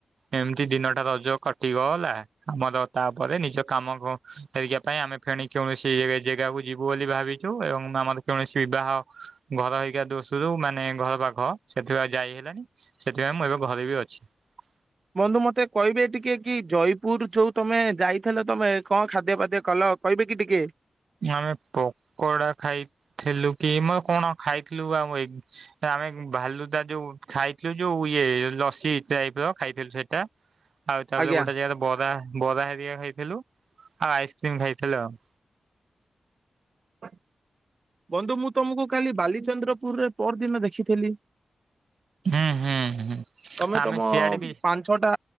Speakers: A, on the right (about 75°); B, on the right (about 50°).
A: ଏମିତି ଦିନଟା ରଜ କଟିଗଲା ଆମର ତାପରେ ନିଜ କାମ ଘ ହେରିକା ପାଇଁ ଆମେ ଫେଣି କୌଣସି ଜେଗାକୁ ଯିବୁ ବୋଲି ଭାବିଛୁ ଏବଂ ଆମର କୌଣସି ବାହ। ଘର ହେରିକା ଦୋଷରୁ ମାନେ ଘର ପାଖ ସେଥିପାଇଁ ଯାଇ ହେଲାଣି ସେଥିପାଇଁ ମୁଁ ଏବେ ଘରେ ବି ଅଛି। <unintelligible>
B: ବନ୍ଧୁ ମତେ। କହିବେ ଟିକେ କି ଜୟପୁର ଯୋଉ ତମେ ଯାଇଥିଲ ତମେ କଣ ଖାଦ୍ୟ ପାାଦ୍ୟ କଲ କହିବେ କି ଟିକେ।
A: ଆମେ ପକୋଡା ଖାଇଥିଲୁ କି ମ କଣ ଖାଇଥିଲୁ ଆଉ ମୋର ଇ ଆମେ ଭାଲୁଦା ଯୋଉ ଖାଇଥିଲୁ ଯୋଉ ଇଏ ଲସି ଟାଇପ ଖାଇଥିଲୁ ସେଇ ଟା ଆଉ ତାପ
B: ଆଜ୍ଞା
A: ଗୋଟେ ଜାଗା ରେ। ବରା ବରା ହେରିକା ଖାଇଥିଲୁ ଆଉ ଆଇସ୍କ୍ରିମ ଖାଇଥିଲୁ ଆଉ। ହ <unintelligible>
B: ବନ୍ଧୁ ମୁଁ ତମକୁ କାଲି ବାଲିଚନ୍ଦ୍ରପୁରରେ ପର ଦିନ ଦେଖିଥିଲି।
A: ହୁଁ ହୁଁ ହୁଁ।
B: ତମେ
A: ଆମେ
B: ତମ
A: ସିଆଡେ ବି
B: ପାଞ୍ଚ ଛଟା